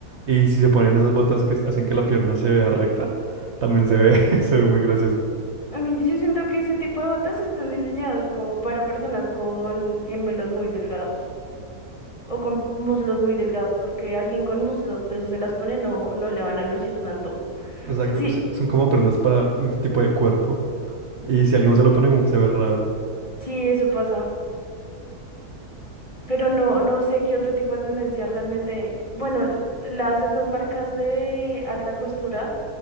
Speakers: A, on the right (about 50°); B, on the left (about 20°).
A: Y si se ponen esas botas que hacen que la pierna se vea recta, también se ve, <laughs> se ve muy gracioso.
B: A mí yo siento que ese tipo de botas están diseñados como para personas con gemelos muy delgados. O con muslos muy delgados, porque alguien con muslos gruesos se las pone, no, no le van a lucir tanto. O
A: exacto
B: sea, sí,
A: sea, son como prendas para un tipo de cuerpo. Y si alguien se lo pone, como que se ve raro.
B: sí, eso pasa. Pero no, no sé qué otro tipo de tendencia realmente. Bueno, l- las estas marcas de alta costura,